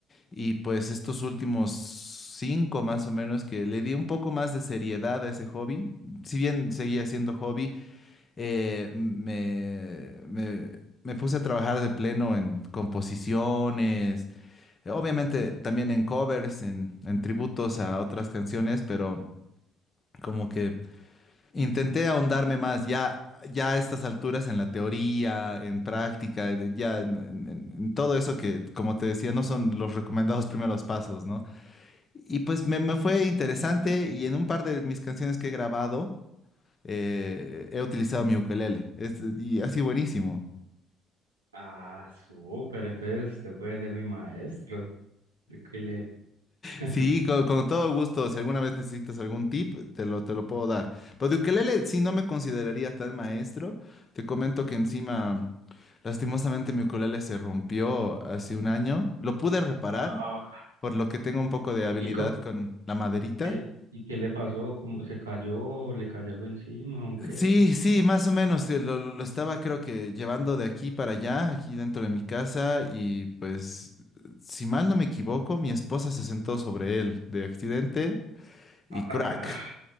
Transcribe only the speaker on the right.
Ah, súper, entonces usted puede ser mi maestro. Ukelele. <laughs>
Ah,
¿Y, co-
qué, y qué le pasó? ¿Cómo se cayó? ¿Le cayó algo encima o qué?
ah,